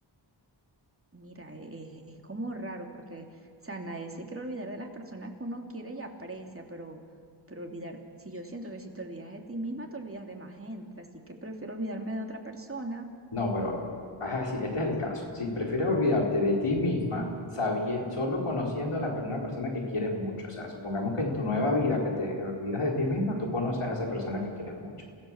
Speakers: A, on the right; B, on the left.
A: Mira, es, es como raro porque, o sea, nadie se quiere olvidar de las personas que uno quiere y aprecia, pero, pero olvidar, si yo siento que si te olvidas de ti misma, te olvidas de más gente, así que prefiero olvidarme de otra persona.
B: no, pero ajá, sí, este es el caso. Si prefieres olvidarte de ti misma sabien- solo conociendo a la, per- una persona que quieres mucho, o sea, supongamos que en tu nueva vida que te olvidas de ti misma, tú conoces a esa persona que quieres mucho.